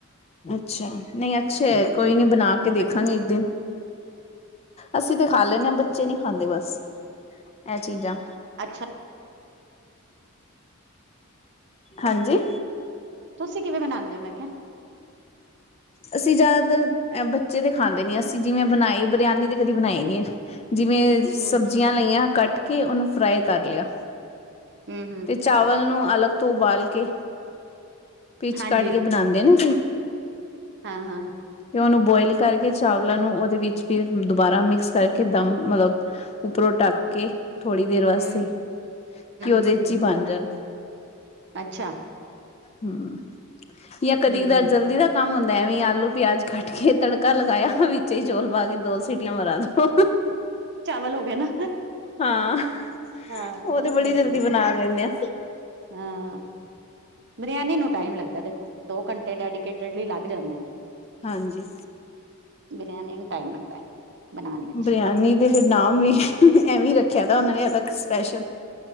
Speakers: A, on the left; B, on the right.
A: ਅੱਛਾ। ਨਹੀਂ ਅੱਛਾ,
B: ਹਮ
A: ਕੋਈ ਨੀ ਬਣਾ ਕੇ
B: ਬੜੇ
A: ਦੇਖਾਂਗੇ ਇੱਕ ਦਿਨ। ਅਸੀਂ ਤੇ ਖਾ ਲੈਂਦੇ ਹਾਂ, ਬੱਚੇ ਨਹੀਂ ਖਾਂਦੇ ਬਸ ਇਹ ਚੀਜ਼ਾਂ।
B: ਅੱਛਾ।
A: ਹਾਂਜੀ?
B: ਤੁਸੀਂ ਕਿਵੇਂ ਮਨਾਉਂਦੇ ਹੋ? ਮੈਂ ਕਿਹਾ।
A: ਅਸੀਂ ਜ਼ਿਆਦਾਤਰ ਬੱਚੇ ਤੇ ਖਾਂਦੇ ਨੀ, ਅਸੀਂ ਜਿਵੇਂ ਬਣਾਈ ਬਰਿਆਨੀ ਤੇ ਕਦੀ ਬਣਾਈ ਨੀ। ਜਿਵੇਂ
B: ਹਮ
A: ਸਬਜ਼ੀਆਂ ਲਈਆਂ ਕੱਟ ਕੇ, ਉਹਨੂੰ ਫਰਾਈ ਕਰ ਲਿਆ।
B: ਹੂੰ- ਹੂੰ।
A: ਤੇ ਚਾਵਲ ਨੂੰ ਅਲੱਗ ਤੋਂ ਉਬਾਲ ਕੇ, ਪਿਚ
B: ਹਾਂਜੀ
A: ਕੱਢ ਕੇ ਬਣਾਉਂਦੇ ਨਾ।
B: ਹਾਂ- ਹਾਂ।
A: ਤੇ ਉਹਨੂੰ ਬੋਇਲ ਕਰਕੇ ਚਾਵਲਾਂ ਨੂੰ, ਉਹਦੇ ਵਿੱਚ ਫੇਰ ਦੁਬਾਰਾ ਮਿਕਸ ਕਰਕੇ ਦਮ ਮਤਲੱਬ, ਉੱਪਰੋ ਢੱਕ ਕੇ ਥੋੜੀ ਦੇਰ ਵਾਸਤੇ
B: ਹਮ ਹਮ
A: ਕਿ, ਉਹਦੇ
B: ਹਮ
A: ਚ
B: ਹਮ
A: ਹੀ
B: ਹਮ
A: ਬਣ ਜਾਣ।
B: ਅੱਛਾ।
A: ਹੂੰ, ਜਾਂ ਕਦੀ
B: ਹਮ
A: ਕਦਾਰ ਜ਼ਲਦੀ ਰੱਖ ਕੰਮ ਹੁੰਦਾ ਹੈ ਐਵੀ ਆਲੂ, ਪਿਆਜ ਕੱਟ ਕੇ ਤੜਕਾ ਲਗਾਇਆ ਵੀ ਉੱਚੇ ਹੀ ਚੌਲ ਪਾ ਕੇ ਦੋ ਸੀਟੀਆਂ ਮਰਾ ਦੋ।
B: ਚ ਹੋ ਗ ਨਾ,
A: ਹਾਂ
B: ਹਾਂ ਉਹ
A: ਬੜੀ
B: ਤੇ ਨਮਕੀਨ।
A: ਜਲਦੀ ਬਣਾ ਲੈਂਦੇ ਆ
B: ਹਾਂ। ਬਰਿਆਨੀ ਨੂੰ ਟਾਈਮ ਲੱਗਦਾ ਦੇਖੋ, ਦੋ ਘੰਟੇ ਡੈਡੀਕੇਟਡਲੀ ਲੱਗ ਜਾਂਦੇ ਨੇ।
A: ਹਾਂਜੀ,
B: ਬਰਿਆਨੀ ਨੂੰ ਟਾਈਮ ਲੱਗਦਾ। ਬਣਾਉਣ ਵਿੱਚ
A: ਬਰਿਆਨੀ ਦੇ ਫਿਰ ਨਾਮ ਵੀ ਐਵੀਂ ਰੱਖਿਆ, ਤਾ ਉਹਨਾਂ ਨੇ ਅਲੱਗ। ਸਪੈਸ਼ਲ